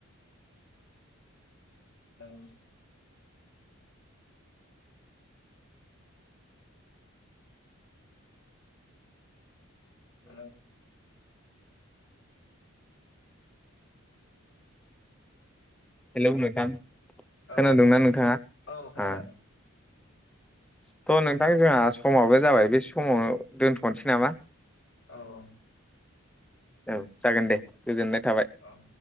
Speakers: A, on the left (about 60°); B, in the centre.
A: hello hello
B: hello नोंथां
A: औ
B: खोनादोंना नोंथाङा?
A: औ खोनादों
B: आ स' नोंथां जोंहा समाबो जाबाय बे समावनो दोन्थ'नोसै नामा?
A: औ-औ
B: औ जागोन दे गोजोननाय थाबाय
A: औ